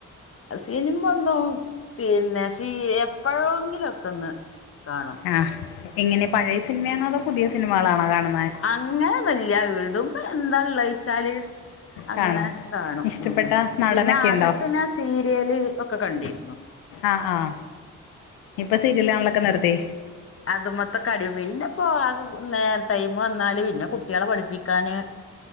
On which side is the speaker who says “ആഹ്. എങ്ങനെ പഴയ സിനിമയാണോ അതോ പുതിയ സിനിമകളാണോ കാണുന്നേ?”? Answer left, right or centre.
Left